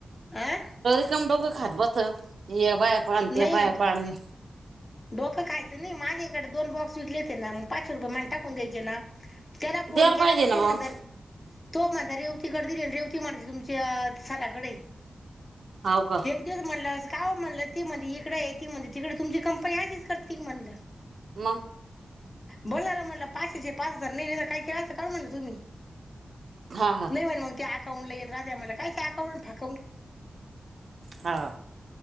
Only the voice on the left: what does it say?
आं?
नाही
डोकं खायचं नाही. माझ्याकडे दोन बॉक्स विकले होते ना. मग पाचशे रुपये मान टाकून द्यायचे ना. त्याला फोन
केला का तो
म्हणता
अरे तो म्हणता रेवतीकडे दिलेन. रेवती म्हणते तुमच्या सधाकडय.
तेच म्हणलं. का ओ म्हणलं ती म्हणती इकडेय. ती म्हणती तिकडय. तुमची कंपनी अशीच करते का म्हणलं?
बोलणार म्हणला. पाचशेचे पाच हजार नाही दीले काय केल अस काय म्हणलं तुम्ही?
नाही म्हणे मग ते अकाउंटला येत राहता. म्हणल कायच अकाउंट फाकावूउंट.